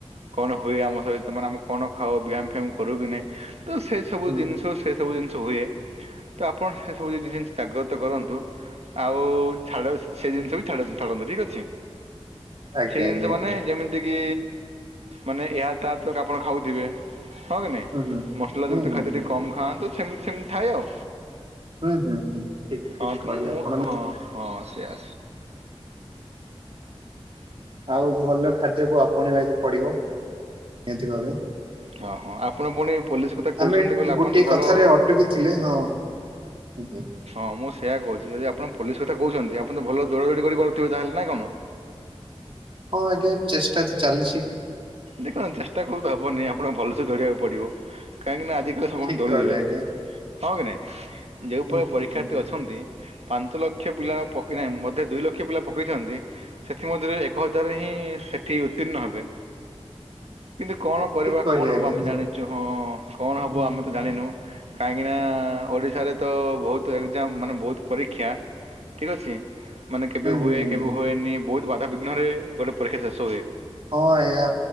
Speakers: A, on the right (about 75°); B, on the right (about 55°).
A: କଣ ହୁଏ ଆମ ସହିତ ମାନେ ଆମେ କଣ ଖାଉ? ବ୍ୟାୟାମ ଫ୍ୟାୟାମ କରୁ କି ନାଇଁ? ତ ସେସବୁ
B: ହୁଁ
A: ଜିନିଷ ସେ ସବୁ ଜିନିଷ ହୁଏ। ତ ଆପଣ ସେ ସବୁ ଜିନିଷ ଜାଗ୍ରତ କରନ୍ତୁ। ଆଉ ଛାଡ ସେ ଜିନିଷ ବି ଛାଡ଼ନ୍ତୁ ଛାଡ଼ନ୍ତୁ। ଠିକ୍ ଅଛି।
B: ଆଜ୍ଞା
A: ସେଇ ଜିନିଷ
B: ଆଜ୍ଞା
A: ମାନେ ଯେମିତି କି? ମାନେ ଏହା ତା ତ ଆପଣ ଖାଉଥିବେ? ହଁ କି ନାଇଁ
B: ହୁଁ ହୁଁ।
A: ମସଲା
B: ହୁଁ
A: ଯୁକ୍ତ
B: ହୁଁ
A: ଖାଦ୍ୟ
B: ହୁଁ
A: ଟିକେ କମ୍ ଖାଆନ୍ତୁ। ସେମିତି ସେମିତି ଥାଏ ଆଉ।
B: ହୁଁ ହୁଁ ହୁଁ ଠିକ ଠିକ
A: ହଁ ତୁ
B: କହିଲେ
A: ମୁଁ
B: ଆପଣ।
A: ହଁ ହଁ ସେଇଆ।
B: ଆଉ ଭଲ ଖାଦ୍ୟକୁ ଆପଣେଇବାକୁ ପଡ଼ିବ ନିହାତି ଭାବେ।
A: ହଁ ହଁ ଆପଣ ପୁଣି ପୋଲିସ କଥା କହୁଛନ୍ତି
B: ଆମେ
A: କହିଲେ ଆପଣ
B: ଗୋଟିଏ
A: ତ ଭଲ
B: କଥାରେ ଅଟକି ଥିଲେ ହଁ। ହୁଁ
A: ହଁ ମୁଁ ସେଇଆ କହୁଛି ଯଦି ଆପଣ ପୋଲିସ୍ କଥା କହୁଛନ୍ତି ଆପଣ ତ ଭଲ ଦୌଡ଼ା ଦୌଡ଼ି କରିପାରୁଥିବେ ତାହେଲେ ନା କଣ?
B: ହଁ ଆଜ୍ଞା ଚେଷ୍ଟା ତ ଚାଲିଚି।
A: ଦେଖନ୍ତୁ ଚେଷ୍ଟା କଲେ ତ ହେବନି ଆପଣଙ୍କୁ ଭଲସେ ଧରିବାକୁ ପଡ଼ିବ କାହିଁକିନା <unintelligible>
B: ଠିକ କହିଲେ
A: ଦେବେ
B: ଆଜ୍ଞା।
A: ହଁ କି ନାଇଁ? ଯେଉଁ
B: ହୁଁ
A: ପରି ପରୀକ୍ଷାର୍ଥୀ
B: ହୁଁ
A: ଅଛନ୍ତି ପାଞ୍ଚ ଲ ଲକ୍ଷ ପିଲା ପକେଇନାହିଁ ମଧ୍ୟ ଦୁଇ ଲକ୍ଷ ପିଲା ପକେଇଚନ୍ତି। ସେଥି ମଧ୍ୟରୁ ଏକ ହଜାର ହିଁ ସେଠି ଉତ୍ତୀର୍ଣ୍ଣ ହେବେ। କିନ୍ତୁ କଣ କରିବା
B: ଠିକ କହିଲେ
A: କଣ ହବ
B: ଆଜ୍ଞା
A: ଆମେ ଜାଣିଚୁ ହଁ କଣ ହବ
B: ହୁଁ
A: ଆମେ
B: ହୁଁ
A: ତ ଜାଣିନୁ। କାହିଁକିନା ଓଡ଼ିଶାରେ ତ ବହୁତ୍ ଏକ୍ଜାମ୍ ମାନେ ବହୁତ୍ ପରୀକ୍ଷା ଠିକ୍ ଅଛି। ମାନେ କେବେ ହୁଏ
B: ହୁଁ ହୁଁ
A: କେବେ
B: ହୁଁ।
A: ହୁଏନି ବହୁତ୍ ବାଧାାବିଘ୍ନ ରେ ଗୋଟେ ପରୀକ୍ଷା ଶେଷ ହୁଏ।
B: ହଁ ଆଜ୍ଞା